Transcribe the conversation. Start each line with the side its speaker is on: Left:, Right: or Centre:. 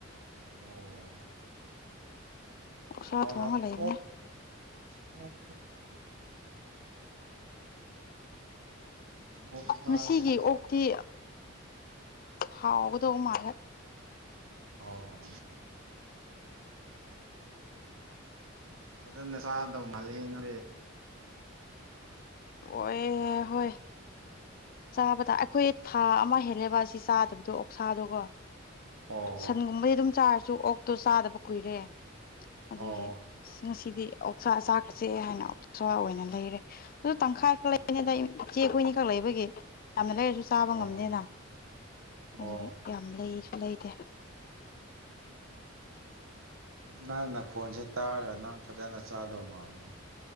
Right: ꯑꯣ
Left: ꯑꯣꯛꯁꯥ
Right: ꯍꯥꯎꯔ
Left: ꯊꯣꯡꯉ ꯂꯩꯕꯅꯦ
Right: ꯑꯣ ꯑꯣ ꯑꯣꯛ ꯆꯥꯕ꯭ꯔꯣ
Left: ꯃꯁꯤꯒꯤ ꯑꯣꯛꯇꯤ ꯍꯥꯎꯒꯗꯧ ꯃꯥꯜꯂꯦ
Right: ꯑꯣ ꯐꯖꯅ ꯆꯥꯗꯧ ꯃꯥꯜꯂꯤ ꯅ
Left: ꯑꯣꯏ
Right: ꯑꯣ
Left: ꯍꯣꯏ ꯆꯥꯕꯗ ꯑꯩꯈꯣꯏ ꯊꯥ ꯑꯃ ꯍꯦꯜꯂꯦꯕ ꯑꯁꯤ ꯆꯥꯗꯕꯗꯣ ꯑꯣꯛꯁꯥꯗꯣꯒꯣ
Right: ꯑꯣ
Left: ꯁꯟꯒꯨꯝꯕꯗꯤ ꯑꯗꯨꯝ ꯆꯥꯔꯁꯨ ꯑꯣꯛꯇꯣ ꯆꯥꯗꯕ ꯀꯨꯏꯔꯦ ꯑꯗꯨꯒꯤ
Right: ꯑꯣ
Left: ꯑꯁ ꯉꯁꯤꯗꯤ ꯑꯣꯛꯁꯥ ꯆꯥꯈ꯭ꯔꯁꯦ ꯍꯥꯏꯅ ꯑꯣꯛꯁꯥ ꯑꯣꯏꯅ ꯂꯩꯔꯦ ꯑꯗꯨ ꯇꯪꯈꯥꯏꯈꯛ ꯂꯩꯕꯅꯦ ꯑꯗ ꯏꯆꯦ ꯍꯨꯏꯅꯤ ꯈꯛ ꯂꯩꯕꯒꯤ ꯌꯥꯝꯅ ꯂꯩꯔꯁꯨ ꯆꯥꯕ
Right: ꯑꯣ
Left: ꯉꯝꯗꯦꯅ ꯑꯗꯨꯒꯤ
Right: ꯑꯣ
Left: ꯌꯥꯝ ꯂꯩꯁꯨ ꯂꯩꯇꯦ
Right: ꯅꯪ ꯅꯈꯣꯟꯁꯦ ꯇꯥꯔꯒ ꯅꯪ ꯐꯖꯅ ꯆꯥꯗꯧ ꯃꯥꯂꯦ